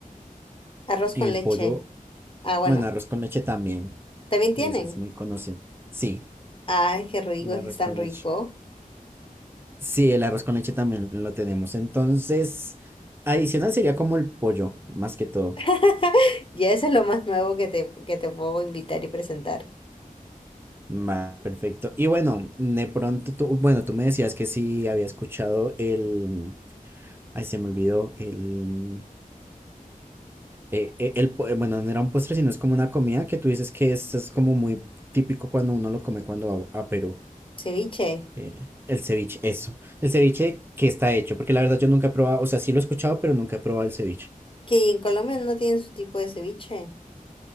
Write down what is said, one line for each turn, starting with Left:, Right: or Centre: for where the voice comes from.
Left: Arroz
Right: el
Left: con leche.
Right: pollo,
Left: Ah, bueno,
Right: bueno, arroz con leche también.
Left: también tienen.
Right: Y ese es muy conocido. Sí,
Left: Ay, qué rico,
Right: el arroz
Left: es que es tan
Right: con
Left: rico.
Right: leche. Sí, el arroz con leche también lo tenemos. Entonces, adicional sería como el pollo, más que todo.
Left: <laughs> Ya eso es lo más nuevo que te, que te puedo invitar y presentar.
Right: Ma- perfecto. Y bueno, de pronto tú, bueno, tú me decías que sí había escuchado el, ay, se me olvidó, el, eh, eh, el, po- eh, bueno, no era un postre, sino es como una comida que tú dices que es, es como muy típico cuando uno lo come cuando va a Perú.
Left: Ceviche.
Right: Eh, el ceviche, eso. El ceviche que está hecho, porque la verdad yo nunca he probado, o sea, sí lo he escuchado, pero nunca he probado el ceviche.
Left: Que en Colombia no tienen su tipo de ceviche.